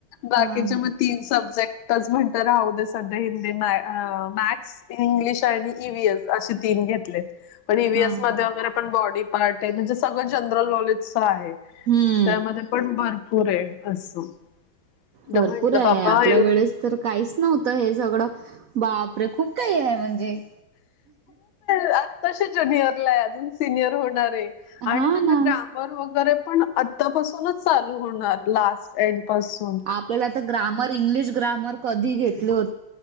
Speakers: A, on the left; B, on the right.
A: बाकीचे
B: हा हा हा
A: म तीन सब्जेक्टच म्हणत राहू दे सध्या हिंदी नाय अ मॅथ्स इंग्लिश आणि ईवीएस अशे तीन घेतलेत. पण ई वी
B: हा
A: एस मध्ये वगैरे पण बॉडी पार्ट आहे म्हणजे सगळं जनरल नॉलेजचं आहे.
B: हम्म.
A: त्यामध्ये पण भरपूर आहे असं.
B: भरपूर
A: म्हंटलं
B: आहे
A: बापा
B: आपल्या
A: एवढं
B: वेळेस तर काहीच नव्हतं हे सगळं बापरे खूप काही आहे म्हणजे.
A: त्यात तशी जुनिअर ला आहे अजून सिनियर होणार आहे
B: हा
A: आणि त्यांना
B: ना
A: ग्रा मर पण वगैरे पण आतापासूनच चालू होणार लास्ट एंड पासू
B: आपल्याला आता ग्रामर इंग्लिश ग्रामर कधी घेतले हो